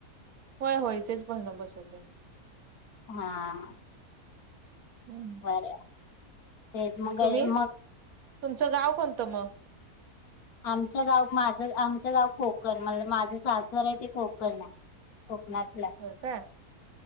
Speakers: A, on the right (about 65°); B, on the left (about 70°).
A: होय होय इथेच बणं बसवतोय.
B: हां
A: हम्म
B: बरं तेच मग
A: तुम्ही
B: मग
A: तुमचं गाव कोणतं मग?
B: आमचं गाव माझं आमचं गाव कोकण म्हणल माझं सासर आहे ते कोकण. कोकणात.
A: होय काय